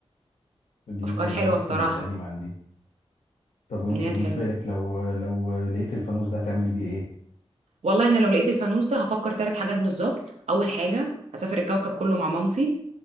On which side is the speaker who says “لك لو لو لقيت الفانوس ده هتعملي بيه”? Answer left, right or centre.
Left